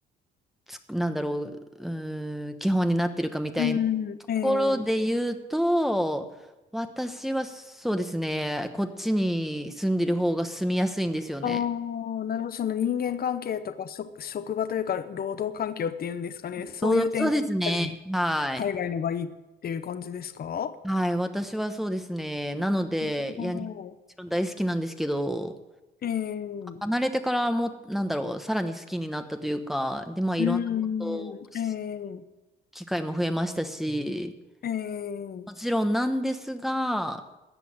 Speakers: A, in the centre; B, on the left.
A: つく、なんだろう、うーん、基本になってるかみたいなところで言うと、
B: うん、ええ
A: 私はそうですね、こっちに住んでる方が住みやすいんですよね。
B: ああ、なるほど。その人間関係とか職、職場というか、労働環境っていうんですかね。
A: ちうそうですね。
B: そういう点がやっぱり
A: はい。
B: 海外のがいいっていう感じですか
A: はい、私はそうですね。なので、
B: なるほ
A: いや、日本もちろん大好きなんですけど、
B: どえー、
A: 離れてからも、なんだろう、さらに好きになったというか、で、まあ、いろんなことをし、
B: うーん、えー、
A: 機会も増えましたし、
B: えー、
A: もちろんなんですが、